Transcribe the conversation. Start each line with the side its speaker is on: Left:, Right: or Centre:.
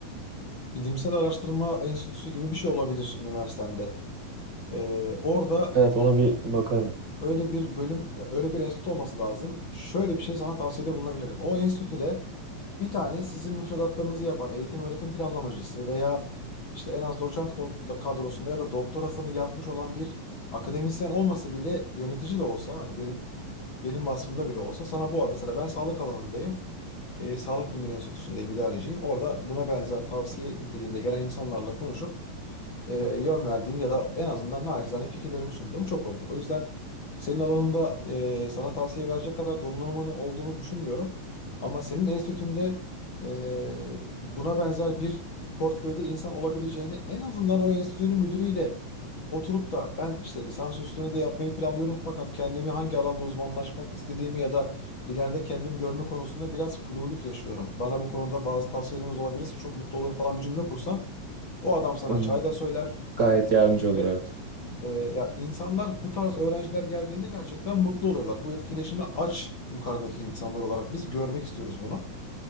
Left: Bilimsel Araştırma Enstitüsü gibi bir şey olabilir üniversitende. E, orada
Right: Evet, ona bir bakarım.
Left: Öyle bir bölüm, ya öyle bir enstitü olması lazım. Şöyle bir şey sana tavsiyede bulunabilirim. O enstitüde bir tane sizin müfredatlarınızı yapan eğitim öğretim planlamacısı veya işte en az doçent ko- kadrosunda ya da doktorasını yapmış olan bir akademisyen olmasa bile yönetici de olsa hani benim benim vasfımda bile olsa sana bu mesela ben sağlık alanındayım. E, Sağlık Bilimleri Enstitüsü'ndeyim, idareciyim. Orada buna benzer tavsiye niteliğinde gelen insanlarla konuşup e, yön verdiğim ya da en azından naçizane fikirlerimi sunduğum çok oldu. O yüzden senin alanında e, sana tavsiye verecek kadar donanımın olduğunu düşünmüyorum. Ama senin enstitünde e, buna benzer bir portföyde insan olabileceğini en azından o enstitünün müdürüyle oturup da ben işte lisans üstünü de yapmayı planlıyorum fakat kendimi hangi alanda uzmanlaşmak istediğimi ya da ileride kendimi görme konusunda biraz fluluk yaşıyorum. Bana bu konuda bazı tavsiyeleriniz olabilirse çok mutlu olurum falan bir cümle kursan o adam sana
Right: Hmm,
Left: çay da söyler, kahve
Right: Gayet
Left: de
Right: yardımcı
Left: söyler
Right: olur
Left: ve
Right: evet.
Left: e, ya insanlar bu tarz öğrenciler geldiğinde gerçekten mutlu oluyorlar. Bu etkileşimi aç yukarıdaki insanlar olarak biz görmek istiyoruz bunu.